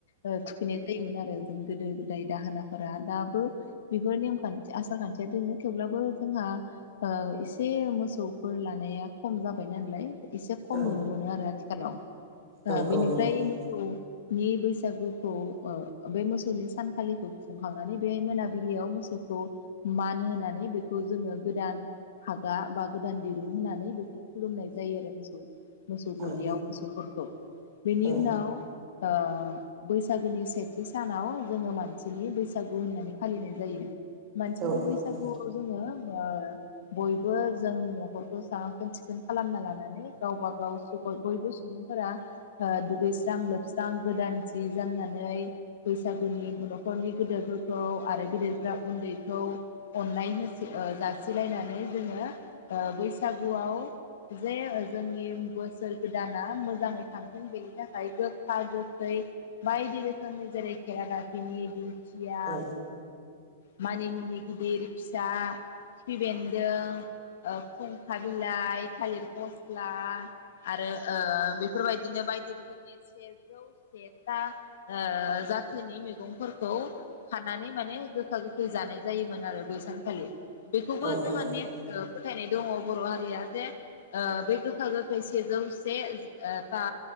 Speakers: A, on the left (about 65°); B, on the right (about 25°).
A: ओ थुखैनाय जायोमोन आरो जों गोदो गोदाय दाहोनाफोरा दाबो बेफोर नेमखान्थि आसार खान्थिया दोङो थेवब्लाबो जोंहा ओ एसे मोसौफोर लानाया खम जाबाय बिनालाय एसे खम
B: औ
A: नुनो मोनो आरो हेल' ओ
B: औ
A: बिनिफ्राय
B: औ नंगौ नोंथां
A: मोसौ नि बैसागुखौ ओ बे मोसौनि सानखालिखौ खुंखांनानै बे मोनाबिलियाव मोसौखौ मान होनानै बेखौ जोङो गोदान हागा बा गोदान दिरुं होनानै बेखौ खुलुमनाय जायो आरो मोसौ। मोसौ गलियाव
B: औ
A: मोसौफोरखौ बेनि
B: औ
A: उनाव ओ‌ बैसागोनि सेथि सानाव जोङो मानसिनि बैसागु होननानै फालिनाय जायो। मानसिनि
B: औ
A: बैसागुआव
B: औ नंगौ
A: जोङो ओ बयबो जोंनि न'खरखौ साखोन सि खोन खालामना लानानै गावब गाव सु बयबो सुबुंफोरा दुगैस्रां लोबस्रां गोदान जि जोमनानै बैसागुनि न'खरनि गोदेरफोरखौ आरो गेदेरफ्रा उन्दैखौ अननाय होसि ओ जासिलायनानै जोङो बैसागुआव जे जोंनि बोसोर गोदाना मोजाङै थांथों बेनि थाखाय गोखा गोखै बायदि रोखोमनि जेरै खेेरादाफिनि दि खिया
B: औ
A: मानि मुनि गिदिर फिसा खिफिबेन्दों ओ फुंखा बिलाइ थालिर फस्ला आरो ओ बेफोरबायदिनो बायदि रोखोमनि सेजौ सेथा ओ जाथोनि मैगंफोरखौ खानानै माने गो गोखा गोखै जानाय जायोमोन आरो बैसांखालि। बेखौबो
B: औ
A: जोंहा
B: औ नंगौ
A: नेम
B: नोंथां
A: ओ फोथायनाय दङ बर' हा जे बे ओ गोखा गोखै सेजौ सेथा